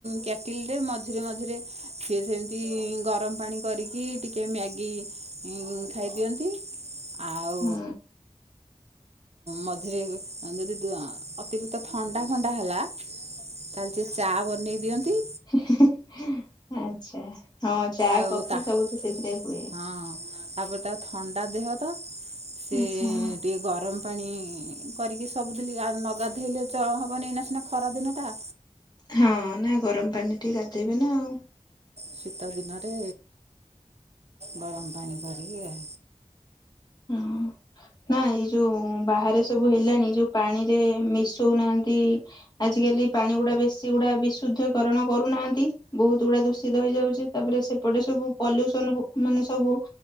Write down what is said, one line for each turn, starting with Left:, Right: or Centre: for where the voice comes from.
Right: କ୍ୟାଟଲି ରେ ମଝିରେ ମଝିରେ ସିଏ ସେମିତି ଗରମ ପାଣି କରିକି ଟିକେ ମ୍ୟାଗି ହୁଁ ଖାଇଦିଅନ୍ତି। ଆଉ
Left: ହୁଁ।
Right: ମଝିରେ ଯେଦି ଅତିରିକ୍ତ ଥଣ୍ଡା ଫଣ୍ଡା ହେଲା ତାହେଲ ସେ ଚାଆ ବନେଇ ଦିଅନ୍ତି।
Left: ହିଁ ହିଁ ହିଁ ଆଚ୍ଛା ହଁ ଚା
Right: ଆଉ
Left: କଫି
Right: ତା
Left: ସବୁ ତ ସେଥିରେ ହୁଏ।
Right: ହଁ ତାପରେ ତା ଥଣ୍ଡା ଦେହ ତ ସେ
Left: ଆଚ୍ଛା ହଁ।
Right: ଟିକ୍ ଗରମ ପାଣି କରିକି ସବୁଦିନ ଗା ନଗାଧେଇଲେ ଚଳ ହବନି ନା ସିନା ଖରା ଦିନଟା।
Left: ହଁ ନା ଗରମ ପାଣିରେ ଟିକେ ଗାଧେଇବେ ନା ଆଉ।
Right: ଶୀତ ଦିନରେ ଗରମ ପାଣି କରିକି
Left: ହୁଁ। ନା ଏଇ ଯୋଉ ବାହାରେ ସବୁ ହେଲାଣିି ଯୋଉ ପାଣିରେ ମିଶଉନାହାନ୍ତି ଆଜିକାଲି ପାଣି ଗୁଡା ବେଶୀ ଗୁଡା ବିଶୁଦ୍ଧକରଣ କରୁନାହାନ୍ତି। ବହୁତ ଗୁଡା ଦୂଷିତ ହେଇଯାଉଚି। ତାପରେ ସେପଟେ ସବୁ ପଲ୍ୟୁସନ ମାନେ ସବୁ